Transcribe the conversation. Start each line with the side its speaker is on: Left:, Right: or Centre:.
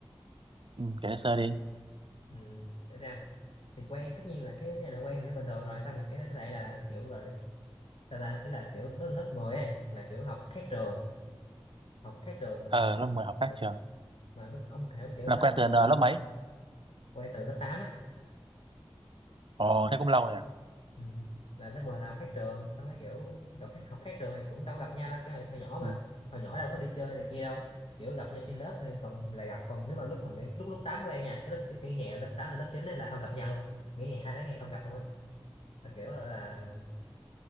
Right: ừ, kể sơ đi.
Left: ừ, để xem thì quen tất nhiên là cái cái này quen thì nó bình thường rồi xong rồi cái cái này là kiểu rồi sao ta ý là kiểu lớp lớp 10 ấy là kiểu học khác trường học khác trường
Right: Ờ,
Left: này
Right: lớp
Left: kia
Right: 10 học
Left: ừ.
Right: khác trường.
Left: mà lúc ông hiểu kiểu
Right: Làm
Left: đó
Right: quen
Left: lúc là
Right: từ ờ,
Left: còn
Right: lớp mấy?
Left: quen từ lớp 8 ấy
Right: Ồ, thế cũng lâu rồi à?
Left: ừ. là lớp 10 là học khác trường xong cái kiểu gặp khác học khác trường thì cũng đâu gặp nhau đâu cái hồi, hồi nhỏ
Right: Ừ.
Left: mà hồi nhỏ đâu có đi chơi này kia đâu kiểu gặp nhau trên lớp thì còn là gặp còn nếu mà lúc mà nghỉ- lúc lớp 8 quen nha cái lớp cái, cái hè lớp 8 là lớp 9 ấy là không gặp nhau luôn nghỉ hè hai tháng ngày không gặp luôn ấy là kiểu là, là